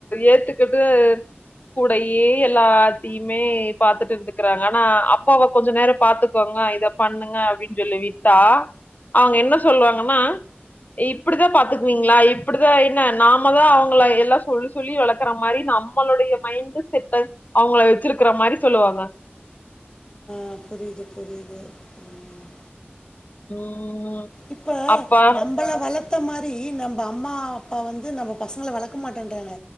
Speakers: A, on the left; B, on the left.
A: ஏத்துக்கிட்டு கூடயே எல்லாத்தையுமே பாத்துட்டு இருந்துக்கிறாங்க ஆனா அப்பாவ கொஞ்ச நேரோ பாத்துக்கோங்க இத பண்ணுங்க அப்டின்னு சொல்லி விட்டா அவங்க என்ன சொல்லுவாங் கன்னா இப்பிடிதா பாத்துக்குவீங்களா இப்பிடிதா என்ன நாமதா அவங்கள எல்லா சொல்லி சொல்லி வளக்கற மாரி நம்மளுடைய மைண்டு செட்ட அவங்கள வெச்சிருக்கிற மாரி சொல்லுவாங்க
B: ஆ புரியுது புரியுது ம்
A: ம்
B: இப்ப
A: அப்பா
B: நம்பள வள த்த மாரி நம்ப அம்மா அப்பா வந்து நம்ம பசங்கள வளக்க மாட்டேன்றாங்க